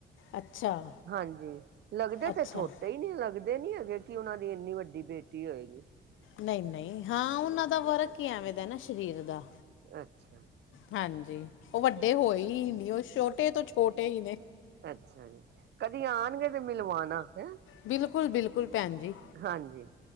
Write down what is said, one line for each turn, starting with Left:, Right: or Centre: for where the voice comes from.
Left: ਅੱਛਾ
Right: ਹਾਂਜੀ, ਲੱਗਦੇ
Left: ਅੱਛਾ
Right: ਤੇ ਛੋਟਾ ਈ ਨੇ ਲੱਗਦੇ ਦੇ ਨੀ ਹੈਗੇ ਕਿ, ਉਹਨਾਂ ਦੀ ਇੰਨੀ ਵੱਡੀ ਬੇਟੀ ਹੋਏਗੀ।
Left: ਨਈ-ਨਈ, ਹਾਂ ਉਹਨਾਂ ਦਾ ਵਰਕ ਈ ਐਵੇਂ ਦਾ ਨਾ ਸ਼ਰੀਰ ਦਾ।
Right: ਅੱਛਾ
Left: ਹਾਂਜੀ, ਉਹ ਵੱਡੇ ਹੋਏ ਈ ਨੀ, ਉਹ ਛੋਟੇ ਤੋਂ ਛੋਟੇ ਈ ਨੇ।
Right: ਅੱਛਾ ਜੀ, ਕਦੇ ਆਣਗੇ ਤੇ ਮਿਲਵਾਣਾ। ਹੈ
Left: ਬਿਲਕੁਲ ਬਿਲਕੁਲ, ਭੈਨ ਜੀ
Right: ਹਾਂਜੀ